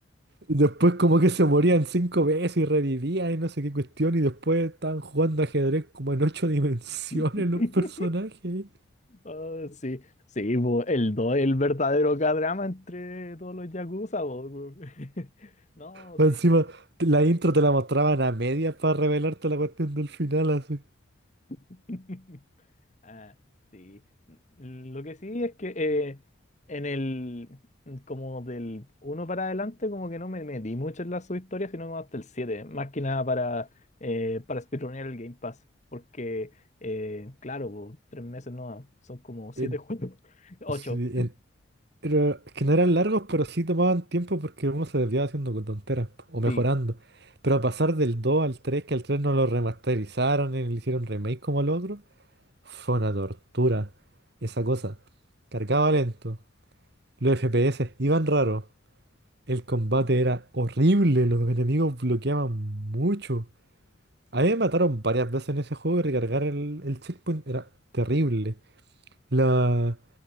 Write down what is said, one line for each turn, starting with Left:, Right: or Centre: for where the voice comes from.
Right: Y Después como que se morían cinco veces y revivían y no sé qué cuestión y después estaban jugando ajedrez como en ocho <laughs> dimensiones
Left: <laughs>
Right: los personajes.
Left: Ah, sí, sí, bo, el 2 es el verdadero K-drama entre todos los Yakuza, bo, <laughs> No,
Right: Más
Left: sí.
Right: Encima, la intro te la mostraban a medias para revelarte la cuestión del final así.
Left: <laughs> Ah, sí. Mm, Lo que sí es que eh, en el, como del uno para adelante, como que no me metí mucho en la subhistoria, sino hasta el 7 más que nada para, eh, para speedrunear el Game Pass, porque, eh, claro, bo, tres meses no, son como siete
Right: En-
Left: juegos, <laughs> ocho,
Right: sí, en- Pero que no eran largos, pero sí tomaban tiempo porque uno se desviaba haciendo con tonteras po, o mejorando.
Left: sí.
Right: Pero a pasar del 2 al tres que al 3 no lo remasterizaron y le hicieron remake como al otro, fue una tortura. Esa cosa. Cargaba lento. Los FPS iban raros. El combate era horrible. Los enemigos bloqueaban mucho. A mí me mataron varias veces en ese juego y recargar el, el checkpoint era terrible. La...